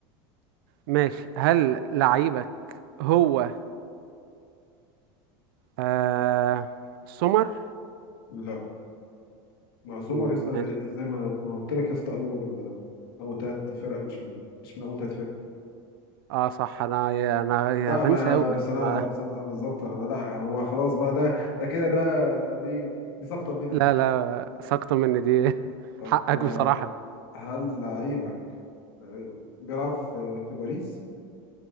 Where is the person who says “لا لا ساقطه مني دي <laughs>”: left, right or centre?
Right